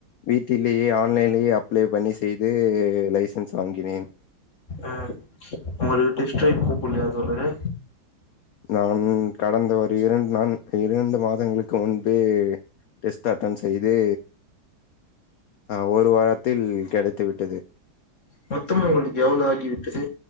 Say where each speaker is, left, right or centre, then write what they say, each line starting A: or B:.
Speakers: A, on the left (about 85°); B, on the left (about 40°).
A: வீட்டிலேயே ஆன்லைன்லேயே அப்ளை பண்ணி செய்து லைசன்ஸ் வாங்கினேன்
B: ஆ உங்கள் டெஸ்ட் டிரைவ்க்கு கூப்படலையா தோழரே
A: நான் கடந்த ஒரு இரண்டு நான் இரண்டு மாதங்களுக்கு முன்பே டெஸ்ட் அன்டன் செய்து அ ஒரு வாரத்தில் கெடைத்து விட்டது
B: மொத்தமும் உங்களுக்கு எவ்ளோ ஆகிவிட்டது